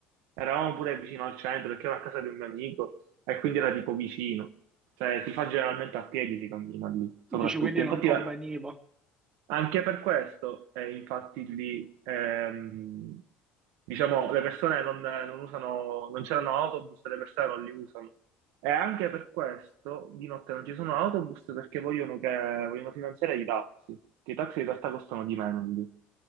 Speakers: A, on the right; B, on the right.
A: eravamo pure vicino al centro perché ero a casa di un mio amico e quindi era tipo vicino. Cioè, si fa generalmente a piedi, si cammina lì, soprattutto.
B: dici quindi
A: Infatti,
B: non conveniva.
A: eh, anche per questo, eh, infatti, lì, ehm, diciamo, le persone non, non usano, non c'erano autobus, e le persone non li usano. E anche per questo di notte non ci sono autobus perché vogliono, che, vogliono finanziare i taxi, che i taxi in realtà costano di meno lì.